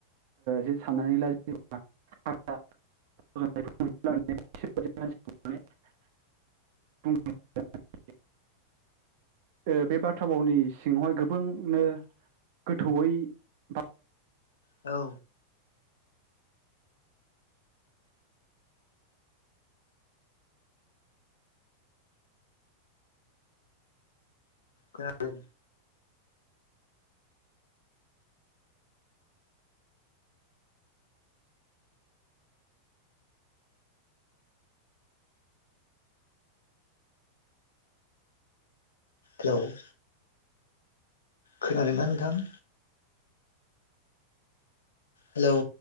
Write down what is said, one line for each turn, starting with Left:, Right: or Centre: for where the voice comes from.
Right: जे साननानै ला <inaudible> <unintelligible> <inaudible> ओ बे बाथ्रा भावनि सिङावहाय गोबांनो गोथौयै
Left: औ खोनादों दाव <inaudible> खोनादों ना नोंथां हेलौ